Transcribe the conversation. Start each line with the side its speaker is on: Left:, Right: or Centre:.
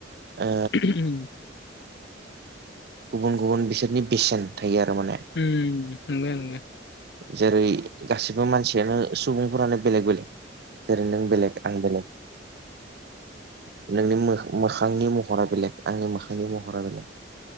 Right: ओ
Left: <unintelligible>
Right: गुबुन गुबुन बिसोरनि बेसेन थायो आरो माने
Left: ओ नंगौ नंगौ
Right: जेरै गासिबो मानसियानो सुबुंफोरानो बेलेग बेलेग जेरै नों बेलेग आं बेलेग नोंनि मोखां मोखांनि महरा बेलेग आंनि मो नि महरा बेले